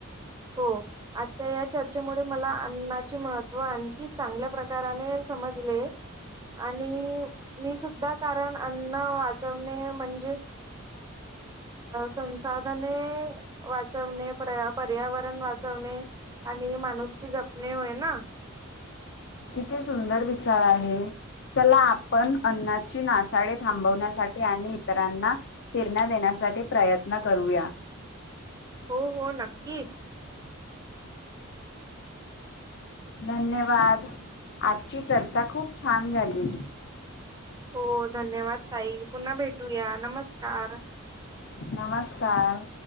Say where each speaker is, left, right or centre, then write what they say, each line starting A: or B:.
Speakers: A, on the right; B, on the left.
A: हो आच्छा या चर्चेमुळे मला अन्नाचे महत्त्व आणखी चांगल्या प्रकाराने समजले आणि मी सुद्धा कारण अन्न वाचवणे म्हणजे संसाधने वाचवणे प पर्यावरण वाचवणे आणि माणूस की जपणे होय ना.
B: किती सुंदर विचार आहे चला आपण अन्नाची नासाडे थांबवण्यासाठी आणि इतरांना फिरण्या देण्यासाठी प्रयत्न करूया.
A: हो हो नक्कीच.
B: धन्यवाद आजची चर्चा खूप छान झाली.
A: हो धन्यवाद ताई पुन्हा भेटूया नमस्कार.
B: नमस्कार.